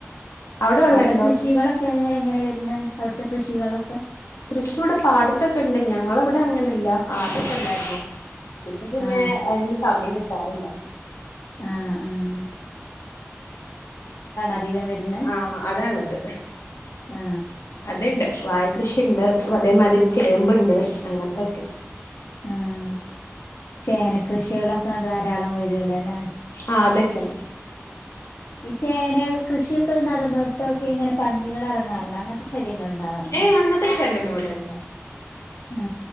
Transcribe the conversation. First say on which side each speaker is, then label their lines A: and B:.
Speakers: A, on the left; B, on the left.
A: അവിടെ വെള്ളണ്ടോ
B: അവടെ കൃഷികളൊക്കെ എങ്ങനെ വരുന്ന അവിടത്തെ കൃഷികളൊക്കെ
A: കൃഷി ഇവിടെ പാടത്തൊക്കെണ്ട് ഞങ്ങളിവിടെ അങ്ങനെ ഇല്ല ആതൊക്കെ ഇണ്ടാരുന്നു ഇപ്പൊ പിന്നെ
B: ആ
A: അയിനൊന്ന് സമയം കിട്ടാറില്ല
B: ആഹ് ആഹ് അധികം വരുന്നത്
A: ആഹ് അതാ ഇള്ളത്
B: ആ
A: അത്ണ്ട് വായകൃഷിണ്ട് വ തേമാരി ചേമ്പ്ണ്ട് അങ്ങൻത്തൊക്കെ
B: ആഹ് ചേന കൃഷികളൊക്കെ ധാരാളം വരുവല്ലോല്ലേ
A: ആഹ് അതൊക്കെയാണ്
B: ഈ ചേന കൃഷിയൊക്കെ നടന്നിടത്തൊക്കെ ഇങ്ങനെ പന്നികൾ എറങ്ങാറുണ്ട് അങ്ങനത്തെ ശല്യങ്ങൾ ഉണ്ടാവാറുണ്ടോ
A: ഏയ് അങ്ങനത്തെ ശല്യൊന്നും ഇവിടെല്ല
B: ആ